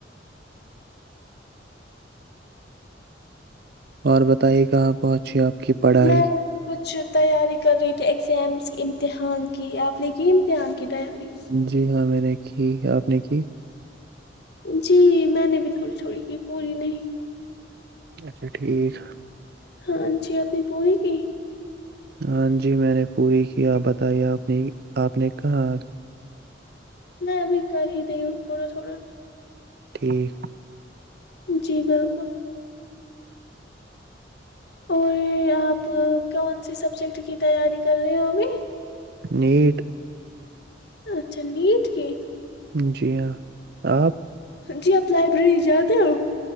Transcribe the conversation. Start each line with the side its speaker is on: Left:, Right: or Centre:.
Right: اور بتائیے کہاں پہنچی آپ کی پڑھائی
Left: میں کچھ تیاری کر رہی تھی ایگزامس کے امتحان کی آپ نے کی امتحان کی تیاری
Right: جی ہاں میں نے جی آپ نے کی
Left: جی میں نے بھی تھوڑی تھھوڑی کی پوری نہیں
Right: اچھا ٹھیک
Left: ہاں جی اپنی پوری کی
Right: ہان جی میں نے پوری کیا بتائی آپ نے کہاں
Left: میں ابھی کر ہی رہی ہوں تھوڑا تھوڑا
Right: ٹھیک
Left: جی بالکل اور آپ کون سے سبجیکٹ کی تیاری کر رہے ہو ابھی
Right: نیٹ
Left: اچھا نٹ کی
Right: جی ہاں آ
Left: جی آپ لائبریری جاؤد ہو